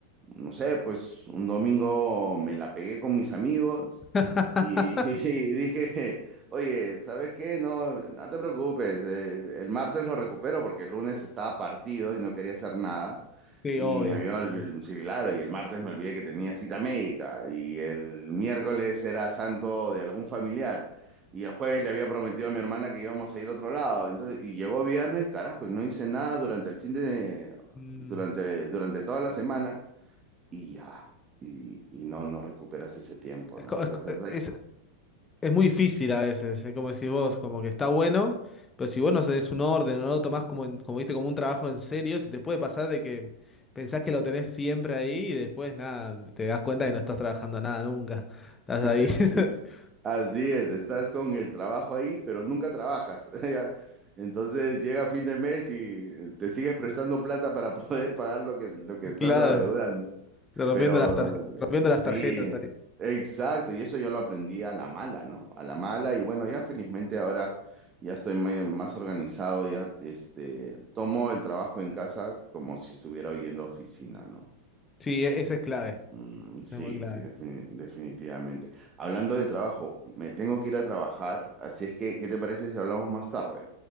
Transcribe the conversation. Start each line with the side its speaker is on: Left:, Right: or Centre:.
Right: no sé, pues un domingo me la pegué con mis amigos
Left: <laughs>
Right: y, <laughs> y dije, oye, ¿sabes qué? No, no te preocupes, el, el martes lo recupero porque el lunes estaba partido y no quería hacer nada.
Left: Sí,
Right: Y
Left: obvio,
Right: me había,
Left: obvio.
Right: ol- sí, claro, y el martes me olvidé que tenía cita médica, y el miércoles era santo de algún familiar, y el jueves le había prometido a mi hermana que íbamos a ir a otro lado, entonces, y llegó viernes, carajo, y no hice nada durante el fin de,
Left: Mm.
Right: durante, durante toda la semana, y ya, y, y no, no recuperas ese tiempo,
Left: Es,
Right: ¿no?
Left: co-
Right: Entonces,
Left: es co-
Right: hay,
Left: es Es muy difícil a veces, es como decís vos, como que está bueno, pero si vos no des un orden o no lo tomás como, en- como, viste, como un trabajo en serio, se te puede pasar de que pensás que lo tenés siempre ahí y después nada, te das cuenta que no estás trabajando nada nunca. Estás
Right: <laughs>
Left: ahí, <laughs>
Right: Así es, estás con el trabajo ahí, pero nunca trabajas. <laughs> ya. Entonces llega fin de mes y eh, te sigues prestando plata para <laughs> poder pagar lo que, lo que estás
Left: claro,
Right: adeudando.
Left: rompiendo
Right: Pero
Left: las tarjetas, rompiendo
Right: sí,
Left: las tarjetas ahí.
Right: exacto, y eso yo lo aprendí a la mala, ¿no? A la mala, y bueno, ya felizmente ahora ya estoy may- más organizado, ya este, tomo el trabajo en casa como si estuviera hoy en la oficina, ¿no?
Left: Sí, e- eso es clave,
Right: Mm, sí,
Left: eso es muy clave.
Right: sí, defini- definitivamente. Hablando de trabajo, me tengo que ir a trabajar, así es que, ¿qué te parece si hablamos más tarde?